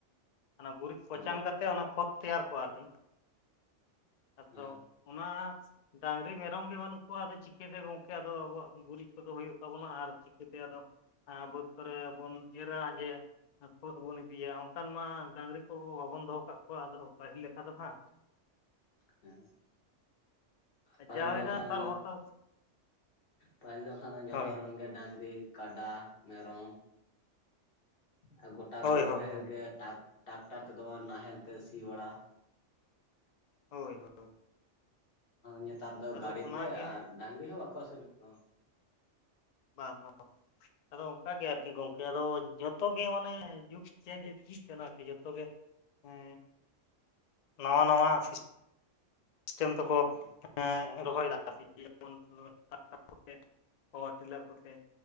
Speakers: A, on the left; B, on the left.
A: ᱚᱱᱟ ᱜᱩᱨᱤᱡ ᱯᱚᱪᱟᱱ
B: ᱦᱮᱸ
A: ᱠᱟ ᱛᱮ ᱚᱱᱟ ᱠᱷᱚᱛ ᱛᱮᱭᱟᱨ ᱠᱚᱣᱟ ᱟᱨᱠᱤ ᱟᱫᱚ
B: ᱦᱮᱸ
A: ᱚᱱᱟ ᱰᱟᱝᱨᱤ ᱢᱮᱨᱚᱢ ᱢᱮᱨᱚᱢ ᱜᱮ ᱵᱟᱹᱱᱩᱜ ᱠᱚᱣᱟ ᱟᱫᱚ ᱪᱤᱠᱟᱹᱛᱮ ᱜᱚᱝᱠᱮ ᱟᱫᱚ ᱟᱵᱚᱣᱟᱜ ᱜᱩᱨᱤᱡ ᱠᱚᱫᱚ ᱦᱩᱭᱩᱜ ᱛᱟᱵᱚᱱᱟ ᱟᱨ ᱪᱤᱠᱟᱹᱛᱮ ᱟᱫᱚ ᱵᱟᱹᱫᱽ ᱠᱚᱨᱮ ᱵᱚᱱ ᱮᱨᱟ ᱡᱮ ᱠᱷᱚᱛ ᱵᱚᱱ ᱤᱫᱤᱭᱟ ᱚᱱᱠᱟᱱ ᱢᱟ ᱰᱟᱝᱨᱤ ᱠᱚ ᱵᱟᱵᱚᱱ ᱫᱚᱦᱚ ᱟᱠᱟᱜ ᱠᱚᱣᱟ ᱟᱫᱚ ᱯᱟᱹᱦᱤᱞ ᱞᱮᱠᱟ ᱫᱚ ᱦᱟᱜ
B: ᱦᱮᱸ ᱯᱟᱹᱦᱤᱞ
A: ᱡᱟ ᱦᱩᱭᱱᱟ
B: ᱫᱚ ᱵᱟᱠᱷᱟᱱ
A: ᱥᱟᱨ ᱵᱷᱚᱨᱥᱟ
B: ᱯᱟᱦᱤᱞ ᱫᱚ ᱵᱟᱠᱷᱟᱱ ᱡᱷᱚᱛᱚ
A: ᱦᱳᱭ
B: ᱨᱮᱱ ᱜᱮ ᱰᱟᱝᱨᱤ ᱠᱟᱰᱟ ᱢᱮᱨᱚᱢ ᱟᱨ ᱜᱚᱴᱟ
A: ᱦᱳᱭ
B: ᱵᱟᱹᱫᱽ
A: ᱦᱳᱭ
B: ᱵᱟᱹᱭᱦᱟᱹᱲ
A: ᱦᱳᱭ
B: ᱜᱮ ᱴᱟᱠ ᱴᱟᱠᱴᱟᱨ ᱛᱮᱫᱚ ᱵᱟᱝ ᱱᱟᱦᱮᱞ ᱛᱮ ᱥᱤ ᱵᱟᱲᱟ
A: ᱦᱳᱭ ᱦᱳᱭ
B: ᱧᱮᱛᱟᱨ ᱫᱚ
A: ᱟᱫᱚ
B: ᱜᱟᱹᱰᱤ
A: ᱚᱱᱟᱜᱮ
B: ᱛᱮ ᱟᱨ ᱰᱟᱝᱨᱤ ᱦᱚᱸ ᱵᱟᱠᱚ ᱟᱹᱥᱩᱞᱮᱜ ᱠᱚ
A: ᱵᱟᱝ ᱵᱟᱝ ᱟᱫᱚ ᱚᱝᱠᱟ ᱜᱮ ᱟᱨᱠᱤ ᱜᱚᱝᱠᱮ ᱟᱫᱚ ᱡᱷᱚᱛᱚ ᱜᱮ ᱢᱟᱱᱮ ᱡᱩᱠ ᱪᱮᱧᱡᱽ ᱤᱫᱤᱜ ᱠᱟᱱᱟ ᱟᱨᱠᱤ ᱡᱚᱛᱚ ᱜᱮ ᱮᱸ ᱱᱟᱣᱟ ᱱᱟᱣᱟ ᱥᱤ ᱥᱤᱥᱴᱟᱢ ᱛᱟᱠᱚ
B: ᱦᱮᱸ
A: ᱦᱮᱸ ᱨᱚᱦᱚᱭ ᱫᱟ ᱠᱚ ᱥᱮ ᱪᱮᱫ ᱡᱮᱢᱚᱱ <unintelligible> ᱯᱟᱣᱟᱨ ᱴᱤᱞᱟᱨ ᱠᱚᱛᱮ